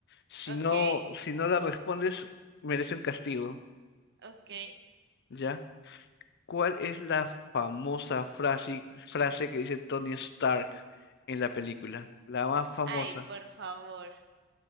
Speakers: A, on the left (about 55°); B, on the right (about 55°).
A: Si
B: ok,
A: no, si no la respondes, merece un castigo,
B: ok.
A: ¿ya? ¿Cuál es la famosa frase, frase que dice Tony Stark en la película? La más famosa.
B: Ay, por favor,